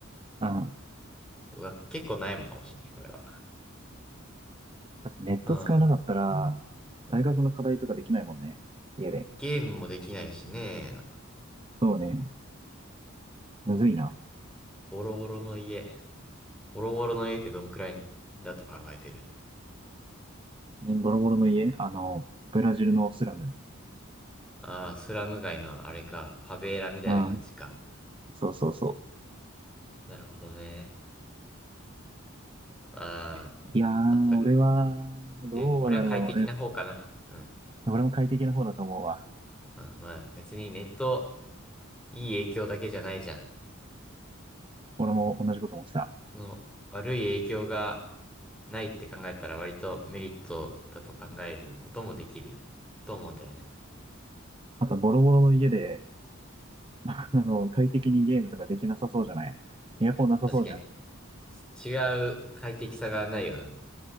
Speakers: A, on the right (about 25°); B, in the centre.
A: うん。
B: うわ、結構悩むかもしれない、これは。
A: だってネット使えなかったら、
B: うん。
A: 大学の課題とかできないもんね。家で。
B: ゲームもできないしね、
A: そうね。むずいな。
B: ボロボロの家。ボロボロの家ってどんくらいだと考えてる
A: ねボロボロの家あの、ブラジルのスラム。
B: ああー、スラム街のあれか。ファベーラみたいな感じか。
A: うん。そうそうそ
B: なるほどね。あ
A: う。いやー、
B: あ、まあ、それ、
A: 俺は、どうだろう。
B: で、俺は快適な方かな。
A: え、
B: うん。
A: 俺も快適な方だと思うわ。
B: あ、まあ、別にネット、いい影響だけじゃないじゃん。
A: 俺も同じこと思ってた。
B: その、悪い影響がないって考えたら割とメリットだと考えることもできると思うんだよね。
A: あと、ボロボロの家で、あの、快適にゲームとかできなさそうじゃないエアコンなさそうじゃん。
B: 確かに、違う快適さがないよな。